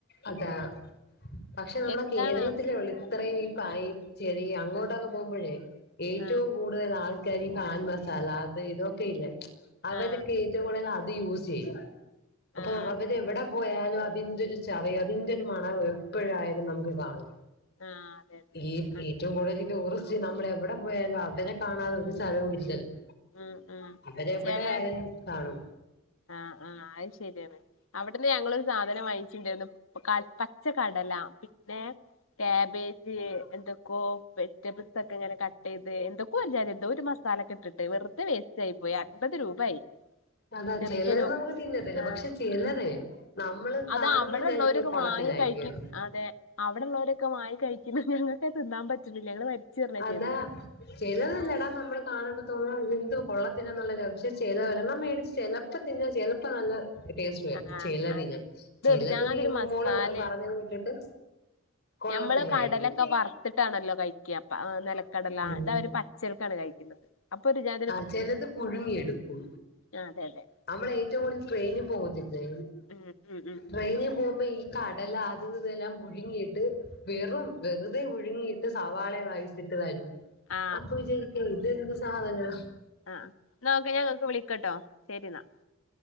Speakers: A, on the left; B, on the left.
A: അതാ പക്ഷെ നമ്മുടെ
B: എന്താണാവോ
A: കേരളത്തിലേയുള്ളൂ ഇത്രയും ബായി ചെരിയാ അങ്ങോട്ടൊക്കെ പോകുമ്പോഴേ ഏറ്റവും
B: ആഹ്
A: കൂടുതൽ ആൾക്കാരി പാൻമസാല അത് ഇതൊക്കെ ഇല്ലേ അവരൊക്കെ
B: ആഹ്
A: ഈ ഏറ്റവും കൂടതല് അത് യൂസ് ചെയ്യും അപ്പൊ
B: ആഹ് അതെ
A: അവര് എവടെ പോയാലും അ ഇതിൻ്റൊരു ചവയും അതിന്റെ ഒരു മണവും എപ്പഴായാലും നമുക്ക് കാണും
B: ആഹ് അതെ അതെ
A: ഈ
B: ആഹ്
A: ഏറ്റവും കൂടുതല് ടൂറിസ്റ്റ് നമ്മള് എവടെ പോയാലും അവരെ കാണാതെ ഒരു സ്ഥലവും ഇല്ലല്ലോ
B: ഉം ഉം
A: അവരെവിടെ
B: ചെലര്
A: ആയാലും കാണും
B: ആഹ് ആഹ് അയ് ശെരിയാണ് അവട് തന്നെ ഞങ്ങളൊരു സാധനം വാങ്ങിച്ചിണ്ടായിരുന്നു ക പച്ച കടല പിന്നെ ക്യാബേജ് എന്തൊക് കൊ വെജിറ്റബിൾസൊക്കെ ഇങ്ങനെ കട്ട് ചെയ്ത് എന്തൊക്കോ ഒരുചാനം എന്തോ ഒരു മസാലൊക്കെ ഇട്ട് വെറുതെ വെസ്റ്റായി പോയി അൻപത് രൂപായി
A: അതാ
B: ചെറിയൊരു
A: ചിലത് നമുക്ക് തിന്നത്തില്ല
B: ആഹ്
A: പക്ഷെ ചിലതേ നമ്മള്
B: അത്
A: കാണുമ്പ
B: അവിടെള്ളോരൊക്കെ
A: വിചാരിക്കും കൊള്ളത്തില്ലായിരിക്കും
B: വാങ്ങി കഴിക്കും
A: എന്ന്
B: അതെ അവിടെ ഒള്ളോരൊക്കെ വായി കഴിക്കുന്ന ഞങ്ങക്ക് തിന്നാൻ പറ്റുന്നില്ല ഞങ്ങള് വലിച്ചെറിയാ
A: അതാ
B: ചെയ്തത്
A: ചെലതല്ലടാ നമ്മള് കാണുമ്പം തോന്നും ഇതെന്ത് കൊള്ളത്തില്ല എന്നുള്ളൊരു പക്ഷെ ചെല ഒരെണ്ണം മേടിച്ച് ചെല പ്പ തിന്നാ ചെലപ്പം നല്ല ടേസ് ക്കെ
B: ആഹ്
A: ചെലതിന്
B: അതെ ഇത്
A: ചെലതിനി
B: ഒരു ജാതി ഒരു മസാലയും
A: മോള് പറഞ്ഞത് വിട്ടിട്ട് കൊള്ളത്തില്ലായിരിക്കും
B: ഞമ്മള് കടലൊക്കെ വറുത്തി ട്ടാണല്ലോ കയിക്കപ്പ ആ നിലക്കടല
A: ഉം
B: ഇതവര് പച്ചൽക്കാണ് കഴിക്കുന്നത് അപ്പൊ ഒരു ര
A: ആഹ് ചെലത് പുഴുങ്ങി എടുക്കും
B: ആ അതെ അതെ
A: നമ്മള് ഏറ്റവും കൂടുതല് ട്രെയിനി പോവത്തില്ലേ
B: ഉം ഉം ഉം
A: ട്രെയിനി പോമ്പയി കടല അതും ഇതുവെല്ലാം പുഴുങ്ങിട്ട് വെറും വെറുതെ പുഴുങ്ങിട്ട് സവാളെയും വായിട്ടിട്ട് തരും
B: ആ
A: അപ്പൊ വിചാരിക്കും ഇത് എന്ത് സാധനാ
B: ആഹ് എന്നാ ഓക്കെ ഞാൻ അങ്ങട്ട് വിളിക്കാട്ടോ ശെരിന്നാ